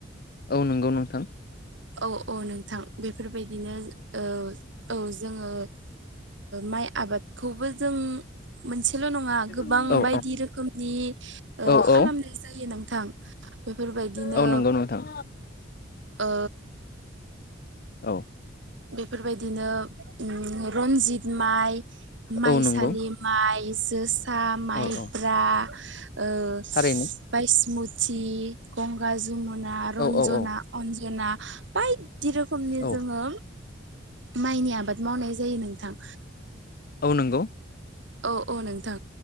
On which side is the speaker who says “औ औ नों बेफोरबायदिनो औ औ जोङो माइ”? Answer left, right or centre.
Right